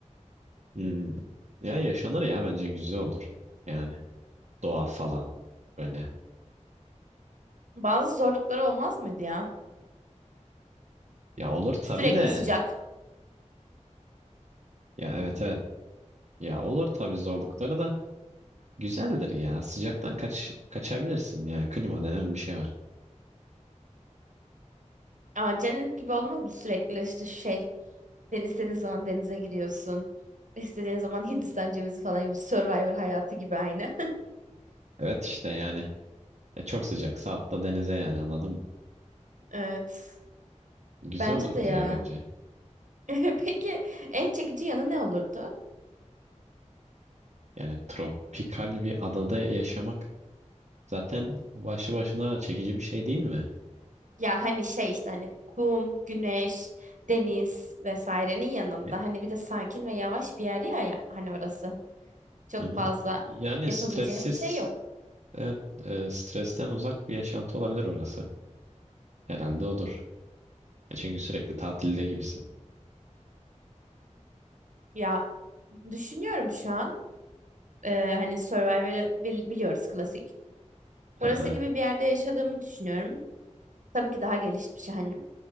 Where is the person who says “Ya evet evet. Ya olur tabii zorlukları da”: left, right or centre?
Right